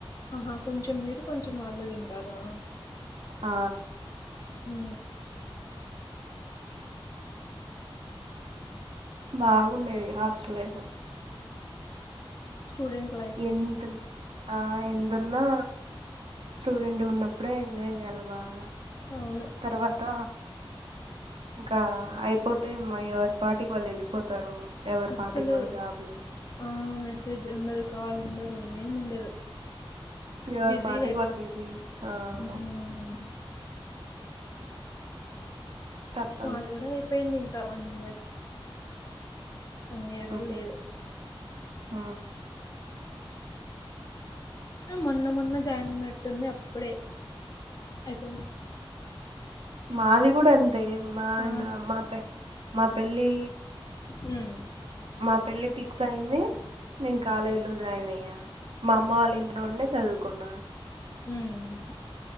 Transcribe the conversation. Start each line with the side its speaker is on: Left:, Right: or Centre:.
Left: ఆహా కొంచెం మీరు కొంచెం వాళ్ళు తింటారా
Right: ఆ
Left: ఉ
Right: బాగుండేది హాస్టల్ లైఫ్
Left: స్టూడెంట్ లైఫ్ ఆ
Right: ఎంత ఆ ఎంతున్నా స్టూడెంట్ ఉన్నప్పుడే ఎంజాయ్ చేయ్యాలి బాగా
Left: అవును
Right: తర్వాత ఇంకా అయిపోతే మా ఎవరి పాటికి వాళ్ళు వెళ్ళిపోతారు ఎవరి
Left: అస్సలు
Right: పాటికి వాళ్ళు జాబ్లు
Left: ఆ మెసేజ్ ఉండదు కాల్ ఉండదు ఏమి ఉండదు
Right: ఎవరు
Left: బిజీగా
Right: పాటికివాళ్ళు
Left: అయి
Right: బిజీ అవును
Left: ఉమ్
Right: తప్పదు
Left: వాళ్ళు కూడా అయిపోయింది ఇంకా వన్ ఇయర్ వన్ ఇయర్ కూడా
Right: ఆ
Left: లేదు
Right: ఆహా
Left: మొన్న మొన్న జాయిన్ అయినట్టుంది అప్పుడే అయిపోయింది
Right: మాది కూడా అంతే మా
Left: ఆ,
Right: ఇంకా మా పె మా పెళ్ళి
Left: హ్మ్
Right: మా పెళ్ళి ఫిక్స్ అయింది నేను కాలేజ్లో జాయిన్ అయ్యా మా అమ్మ వాళ్ళ ఇంట్లో ఉండే చదువుకున్నా
Left: హ్మ్